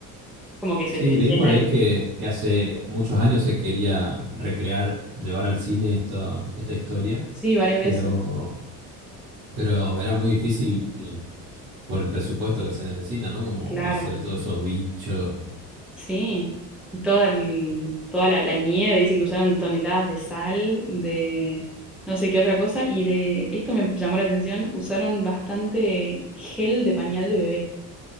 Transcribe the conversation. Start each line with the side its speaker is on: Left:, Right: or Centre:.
Centre: como que se
Right: Sí,
Centre: te llena
Right: leí por ahí
Centre: el...
Right: que, que hace muchos años se quería recrear, llevar al cine esta, esta historia,
Centre: Sí, varias veces,
Right: pero, pero era muy difícil por el presupuesto que se necesita, ¿no? Como
Centre: claro.
Right: hacer todos esos bichos.
Centre: Sí, y toda, el- toda la, la nieve, dice que usaron toneladas de sal, de no sé qué otra cosa, y de esto me llamó la atención, usaron bastante gel de pañal de bebé,